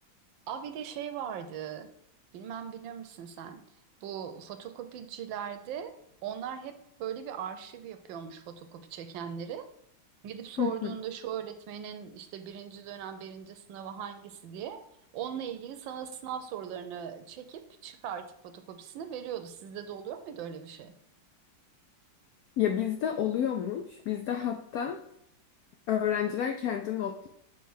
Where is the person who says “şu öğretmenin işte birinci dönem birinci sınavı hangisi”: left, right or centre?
Right